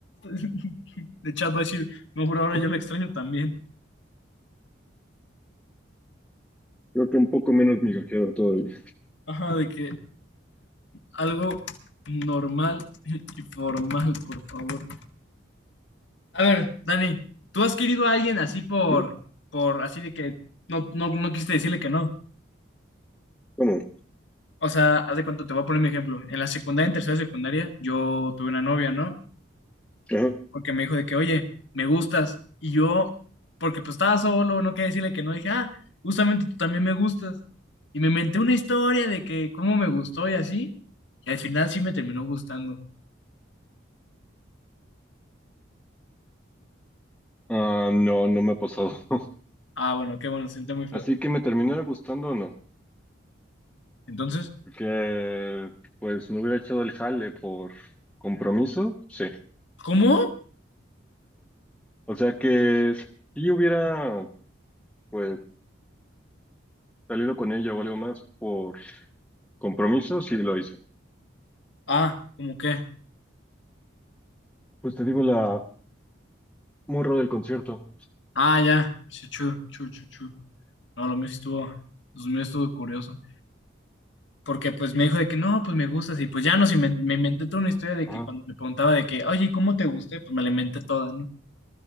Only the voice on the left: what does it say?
<laughs> De Chad va a decir, no, por ahora yo la extraño también.
Ajá, de que algo normal y formal, por favor. A ver, Dani, ¿tú has querido a alguien así por,
por, así de que no, no, no quisiste decirle que no?
O sea, haz de cuenta, te voy a poner mi ejemplo. En la secundaria, en tercera secundaria, yo tuve una novia, ¿no?
Porque me dijo de que, oye, me gustas. Y yo, porque pues estaba solo, no quería decirle que no, dije, ah, justamente tú también me gustas. Y me inventé una historia de que cómo me gustó y así. Y al final sí me terminó gustando.
Ah, bueno, qué bueno, se siente muy feo.
Entonces,
¿cómo?
Ah, ¿cómo qué?
Ah, ya. Chu, chu, chu, chu, chu. No, lo mío sí estuvo, lo mío estuvo curioso. Porque pues me dijo de que no, pues me gustas y pues ya nos inven- me inventé toda una historia de
que cuando me preguntaba de que, oye, ¿cómo te gusté? Pues me la inventé toda, ¿no?